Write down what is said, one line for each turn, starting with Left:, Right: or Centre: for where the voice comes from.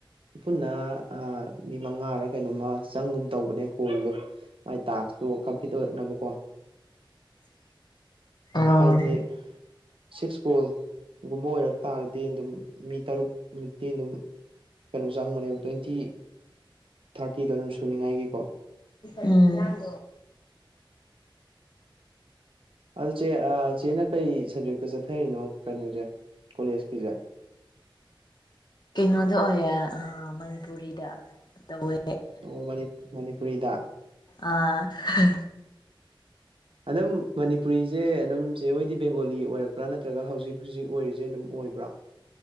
Right: ꯄꯨꯟꯅ ꯑ ꯃꯤ ꯃꯉꯥꯔ ꯀꯩꯅꯣꯃ ꯆꯪꯒꯨꯝ ꯇꯧꯕꯅꯦ ꯀꯣꯜꯗꯣ ꯃꯥꯏ ꯇꯥꯛꯁꯇꯨ ꯀꯝꯄ꯭ꯂꯤꯠ ꯑꯣꯏꯔꯛꯅꯕ ꯀꯣ
Left: <inaudible> ꯑꯥ
Right: ꯍꯥꯏꯗꯤ ꯁꯤꯛꯁ ꯀꯣꯜ ꯒꯨꯝꯕ ꯑꯣꯏꯔꯛ ꯇꯥꯔꯗꯤ ꯑꯗꯨꯝ ꯃꯤ ꯇꯔꯨꯛ ꯃꯨꯛꯇꯤ ꯑꯗꯨꯝ ꯀꯩꯅꯣ ꯆꯪꯕꯅꯦꯕ ꯇ꯭ꯋꯦꯟꯇꯤ ꯊꯥꯔꯇꯤꯗꯣ ꯑꯗꯨꯝ ꯁꯨꯅꯤꯡꯉꯥꯏꯒꯤꯀꯣ
Left: ꯎꯝ
Right: ꯑꯗꯨ ꯆꯦ ꯑꯥ ꯆꯦꯅ ꯀꯩ ꯁꯕꯖꯦꯛꯇ ꯆꯠꯊꯔꯤꯅꯣ ꯀꯩꯅꯣꯖꯦ ꯀꯣꯂꯦꯖꯀꯤꯖꯦ
Left: ꯀꯩꯅꯣꯗ ꯑꯣꯏꯌꯦ ꯑꯥ ꯃꯅꯤꯄꯨꯔꯤꯗ ꯇꯧꯋꯦ
Right: ꯑꯣ ꯃꯅꯤ ꯃꯅꯤꯄꯨꯔꯤꯗ
Left: ꯑꯥ ꯍ ꯍ
Right: ꯑꯗꯨꯝ ꯃꯅꯤꯄꯨꯔꯤꯖꯦ ꯑꯗꯨꯝ ꯆꯦ ꯍꯣꯏꯗꯤ ꯕꯦꯡꯒꯣꯂꯤ ꯑꯣꯏꯔꯛꯄ꯭ꯔꯥ ꯅꯠꯇ꯭ꯔꯒ ꯍꯧꯖꯤꯛ ꯍꯧꯖꯤꯛ ꯑꯣꯏꯔꯤꯖꯦ ꯑꯗꯨꯝ ꯑꯣꯏꯕ꯭ꯔꯥ